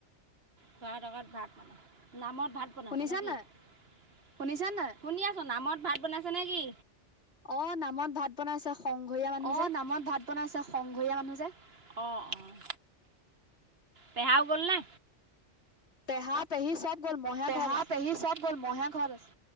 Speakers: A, on the right (about 55°); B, on the left (about 60°).
A: খোৱা লগত ভাত মানে নামত ভাত বনাইছে
B: শুনিছা
A: নেকি
B: নাই?
A: শুনিছা নহ শুনি আছো নামত ভাত বনাইছে নেকি?
B: অ নামত ভাত বনাইছে সংঘৰীয়া মানুহ
A: অ
B: যে
A: নামত ভাত বনাইছে সংঘৰীয়া মানুহ যে অঁ অঁ পেহাও গ'লনে
B: পেহা পেহি চব গ'ল মইহে
A: পেহা
B: ঘৰত আছো।
A: পেহী চব গ'ল মইহে ঘৰত আছে